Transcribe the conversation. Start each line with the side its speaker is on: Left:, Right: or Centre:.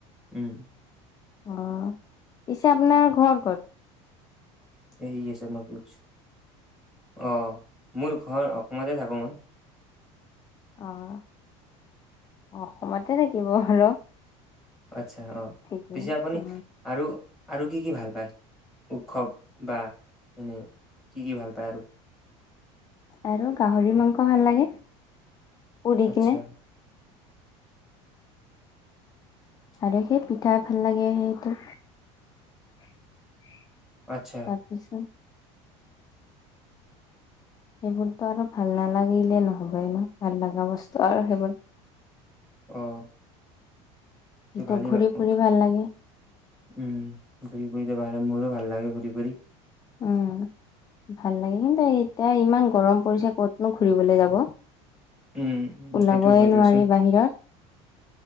Centre: উম্।
Left: অ', পিছে আপোনাৰ ঘৰ ক'ত?
Centre: <unintelligible> অ, মোৰ ঘৰ অসমতে থাকো মই।
Left: অহ, অসমতে থাকিব আৰু?
Centre: আচ্ছা। অ',
Left: ঠিকে
Centre: পিছে আপুনি
Left: অ
Centre: আৰু আৰু কি কি ভাল পায়? উৎসৱ বা মানে কি কি ভাল পায় আৰু?
Left: আৰু গাহৰি মাংস ভাল লাগে। <unintelligible>
Centre: আচ্ছা
Left: কিনে আৰু সেই পিঠা ভাল লাগে, সেইটো। তাৰপিছত?
Centre: আচ্ছা
Left: সেইবোৰতো আৰু ভাল নালাগিলে নহ'বই ন? ভাল লগা বস্তু আৰু সেইবোৰ।
Centre: অহ।
Left: কিন্তু
Centre: ত ভালেই
Left: ঘূৰি
Centre: <unintelligible>
Left: ফুৰি ভাল লাগে
Centre: উম, ঘূৰি ফূৰিলে ভাল। মোৰো ভাল লাগে ঘূৰি ফুৰি।
Left: উম। ভাল লাগেজ কিন্তু এতিয়া ইমান গৰম পৰিছে ক'তনো ঘূৰিবলৈ যাব।
Centre: উম উম,
Left: ওলাবই
Centre: সেইটো হয় দিয়কচোন
Left: নোৱাৰি বাহিৰত,